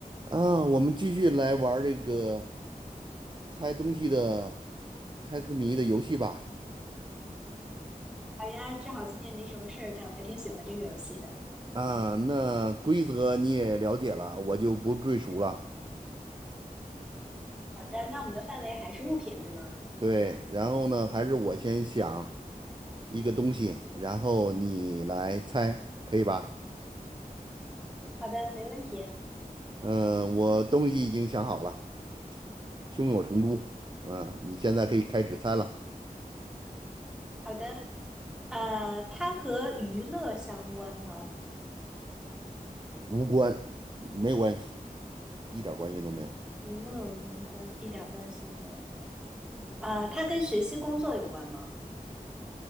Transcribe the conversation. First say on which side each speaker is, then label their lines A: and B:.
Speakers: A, on the right; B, in the centre.
A: 啊，我们继续来玩儿这个猜东西的、猜字谜的游戏吧。
B: 好呀，正好今天没什么事儿干，我还挺喜欢这个游戏的。
A: 啊，那规则你也了解了，我就不赘述了。
B: 好的，那我们的范围还是物品，对吗？
A: 对，然后呢，还是我先想一个东西，然后你来猜，可以吧？
B: 好的，没问题。
A: 嗯，我东西已经想好了，胸有成竹。嗯，你现在可以开始猜了，
B: 好的，呃，它和娱乐相关吗？
A: 无关，没关系，一点儿关系都没有，
B: 娱乐无关，一点关系都没有。呃，它跟学习工作有关吗？